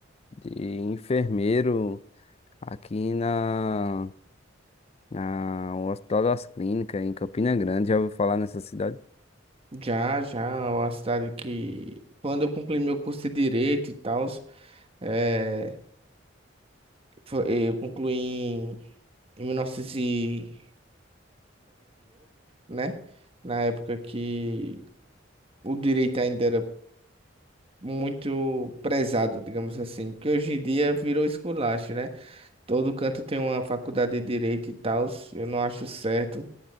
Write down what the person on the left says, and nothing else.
de enfermeiro aqui na, na o Hospital das Clínicas, em Campina Grande. Já ouviu falar nessa cidade?